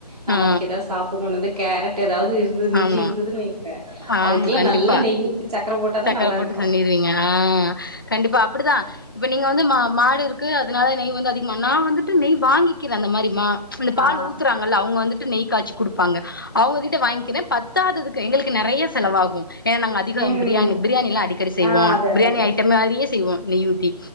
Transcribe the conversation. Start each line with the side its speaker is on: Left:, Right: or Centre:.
Right: நம்ம
Left: ஆ
Right: அதுக்கு ஏதாது சாப்புட்ணுன்னாவே கேரட் ஏதாவது இருந்தது மிஞ்சி
Left: ஆமா
Right: இருந்ததுன்னு வைங்க
Left: ஆமா
Right: அதுக்கெல்லா
Left: கண்டிப்பா
Right: நல்லா நெய் ஊத்தி சக்கர போட்டாதா
Left: சக்கர
Right: நல்லா
Left: போட்டு
Right: இருக்கு
Left: பண்ணிருவீங்க ஆஹ் கண்டிப்பா அப்பிடிதா இப்ப நீங்க வந்து மா மாடு இருக்கு அதுனால நெய் வந்து அதிகமா நா வந்துட்டு நெய் வாங்கிக்கிறே அந்த மாரி மா இந்த பால்
Right: ஆ
Left: ஊத்துராங்கல்ல அவுங்க வந்துட்டு நெய் காச்சி குடுப்பாங்க அவங்ககிட்ட வாங் கினு பத்தாததுக்கு எங்களுக்கு நெறைய செலவாகும் ஏன்னா நாங்க அதிகம்
Right: ம்
Left: பிரியாணி பிரியாணியெல்லாம் அடிக்கடி செய்வோம்
Right: ஆ அது அது
Left: பிரியாணி
Right: அது
Left: ஐட்டம் மாரியே செய்வோ நெய்யூத்தி